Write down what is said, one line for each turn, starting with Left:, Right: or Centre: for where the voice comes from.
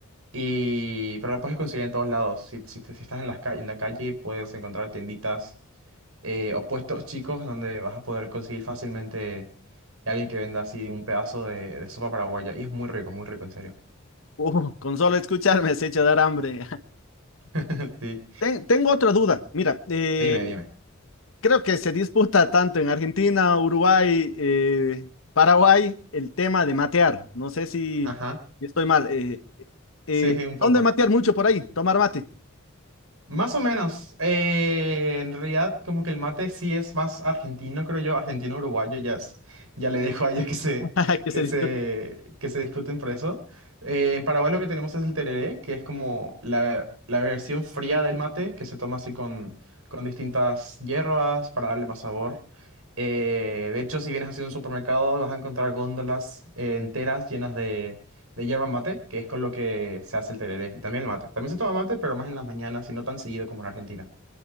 Right: Y, pero lo puedes conseguir en todos lados. Si, si, te- si estás en las ca- en la calle, puedes encontrar tienditas eh, o puestos chicos donde vas a poder conseguir fácilmente alguien que venda así un pedazo de, de sopa paraguaya. Y es muy rico, muy rico, en serio.
Left: Uh, con solo escucharme se echa a dar hambre.
Right: <laughs> Sí.
Left: <laughs> Ten- tengo otra duda. Mira, eh,
Right: Dime, dime.
Left: creo que se disputa tanto en Argentina, Uruguay, eh, Paraguay el tema de matear. No sé si
Right: Ajá.
Left: si estoy mal. Eh, eh,
Right: Sí, sí, un poco.
Left: ¿dónde matear mucho por ahí? Tomar mate.
Right: Más o menos. eh, en realidad, como que el mate sí es más argentino, creo yo, argentino-uruguayo, ya, es- ya le dejo a ellos que se,
Left: <laughs> Que
Right: que
Left: se disputa.
Right: se, que se discuten por eso. Eh, en Paraguay lo que tenemos es el tereré, que es como la, la versión fría del mate, que se toma así con, con distintas hierbas para darle más sabor. Eh, de hecho, si vienes así a un supermercado, vas a encontrar góndolas eh, enteras llenas de yerba mate, que es con lo que se hace el tereré. Y también el mate. También se toma mate, pero más en las mañanas y no tan seguido como en Argentina.